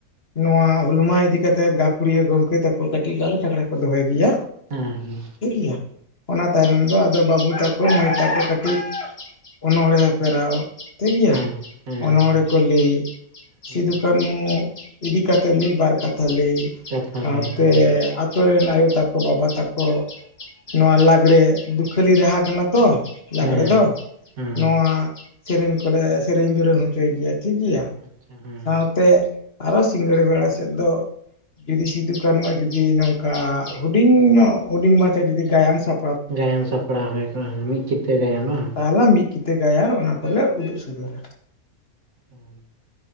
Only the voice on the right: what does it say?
ᱦᱮᱸ ᱦᱮᱸ
ᱦᱮᱸ ᱦᱮᱸ
ᱦᱮᱸ
ᱦᱮᱸ
ᱠᱟᱛᱷᱟ
ᱞᱟᱹᱭ ᱠᱟᱱᱟ
ᱦᱮᱸ
ᱦᱮᱸ
ᱟᱪᱪᱷᱟ ᱦᱮᱸ
ᱜᱟᱭᱟᱱ ᱥᱟᱯᱲᱟᱣ ᱦᱩᱭ ᱠᱚᱜᱼᱟ ᱢᱤᱫ ᱠᱤᱛᱟᱹ ᱜᱟᱭᱟᱱᱚᱜᱼᱟ᱾
ᱦᱮᱸᱻᱦᱮᱸ